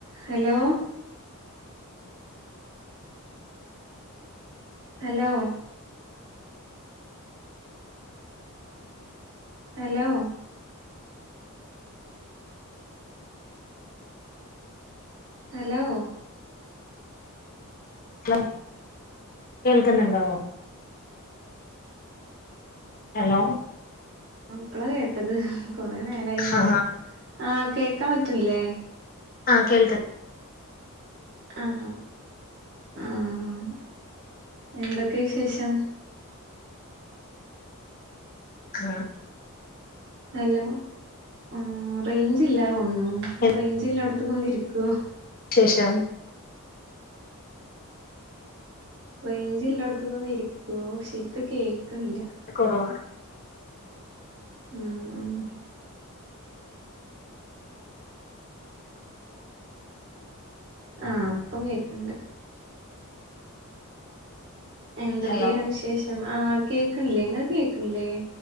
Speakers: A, on the right; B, on the left.
A: Hello hello hello hello
B: hello കേൾക്കുന്നുണ്ടോ ഹലോ
A: ഇപ്പള കേട്ടത് കൊറേ നേരമായില്ആലോ
B: ആ
A: ആഹ് കേക്കാൻ പറ്റുന്നില്ലേ
B: ആഹ് കേൾക്കണ്ട്
A: ആഹ് ആഹ് എന്തൊകെ ഒക്കെ വിശേഷം
B: ആഹ്
A: ഹലോ ആഹ് റേഞ്ച് ഇല്ല തോന്ന്ണു
B: എന്ത്
A: റേഞ്ച്ല്ല അടത്തേക്ക് രികു
B: ശേഷം
A: റേഞ്ച് ഇല്ലായിടത്ത് ഒന്ന് ഇരിക്കുവ ശരിക്കും കേൾക്കണില്ല
B: കുറവാ
A: ഉം ഉം ആഹ് ഇപ്പൊ കേക്കണ്ട് എന്തൊക്കെയാണ്
B: ഹലോ
A: വിശേഷം ആന് കേക്കണില്ലേ ഇങ്ങാക്ക് കേക്കില്ലേ